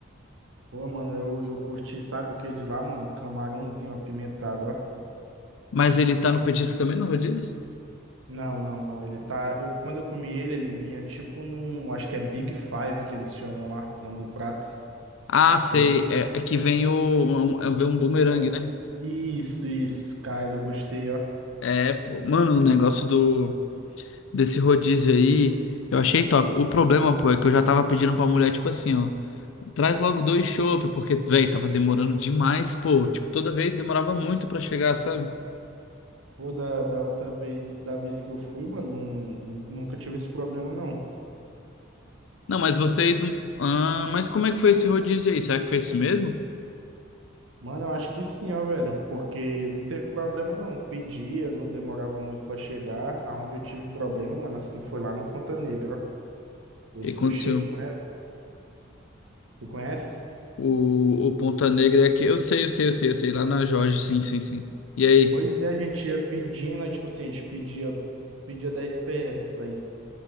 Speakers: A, on the right (about 85°); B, on the left (about 70°).
A: Pô, mano, eu, eu curti, sabe o que de lá, mano? Um camarãozinho apimentado, ó.
B: Mas ele tá no petisco também, no rodízio?
A: Não, não, não. Ele tá. Eu, quando eu comi ele, ele vinha tipo num. Acho que é Big Five que eles chamam lá, o nome do prato.
B: Ah, sei.
A: É tipo.
B: É, é que vem o, um, é, vem um bumerangue,
A: É um...
B: né?
A: Isso, isso, cara, eu gostei, ó.
B: É, pô, mano, o negócio do. desse rodízio aí, eu achei top. O problema, pô, é que eu já tava pedindo pra mulher, tipo assim, ó, traz logo dois chopp, porque, velho, tava demorando demais, pô, tipo, toda vez demorava muito pra chegar, sabe?
A: Pô, da, da outra vez, da vez que eu fui, mano, não, nunca tive esse problema, não.
B: Não, mas vocês não. Ah, mas como é que foi esse rodízio aí? Será que foi esse mesmo? O
A: Mano, eu acho que sim, ó, velho, porque não teve problema não. Pedia, não demorava muito pra chegar. Aonde eu tive problema, mano, assim, foi lá no Ponta Negra, ó.
B: que
A: O de
B: aconteceu?
A: sushi, tu conhece? Tu conhece?
B: O, o Ponta Negra é aqui. Eu sei, eu sei, eu sei, eu sei. Lá na Jorge, sim, sim, sim. E aí?
A: Pois é, a gente ia pedindo, aí, tipo assim, a gente pedia, pedia 10 peças, aí